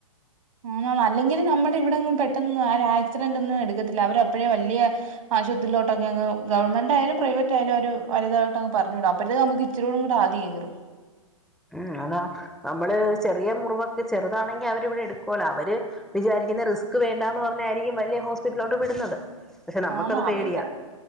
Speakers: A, on the right; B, in the centre.
A: ആ അല്ലെങ്കിൽ നമ്മുടെ ഇവിടെ ഒന്നും പെട്ടന്ന് ആ ആക്സിഡന്റ് ഒന്നും എടുക്കത്തില്ല അവര അപ്പോഴേ വലിയ ആശുപത്രിയിലോട്ടൊക്കെ അങ്ങ് ഗവൺമെന്റ് ആയാലും പ്രൈവറ്റ് ആയാലും അവര് വലുതായിട്ട്ങ്ങ് പറഞ്ഞുകൂടും അപ്പോഴത്തത്തെ നമുക്ക് ഇച്ചരി കൂടെ ആദി കേറും
B: ഉം അതാ നമ്മള് ചെറിയ മുറിവ ചെറുതാണെങ്കിൽ അവരിവിടെ എടുക്കുവല്ലോ അവര് വിചാരിക്കുന്ന റിസ്ക് വണ്ട എന്ന് പറഞ്ഞായിരിക്കും വലിയ ഹോസ്പിറ്റലിലോട്ട് വിടുന്നത് പക്ഷെ നമുക്കത്
A: ആ അവര്
B: പേടിയാ
A: ചല